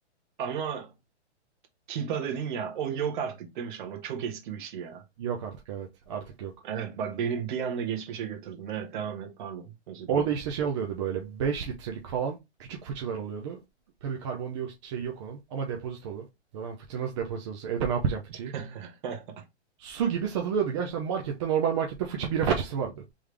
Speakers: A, on the right; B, on the right.
A: Ama Kipa dedin ya o yok artık değil mi şu an? O çok eski bir şey ya.
B: yok artık evet artık yok.
A: Evet bak beni bir anda geçmişe götürdün. Evet devam et pardon. Özür
B: Orada
A: dilerim.
B: işte şey oluyordu böyle 5 litrelik falan küçük fıçılar oluyordu. Tabii karbondioksit şeyi yok onun ama depozitolu. Zaten fıçı nasıl depozitolusu? Evde ne yapacağım fıçıyı?
A: <laughs>
B: su gibi satılıyordu. Gerçekten markette normal markette fıçı bira fıçısı vardı.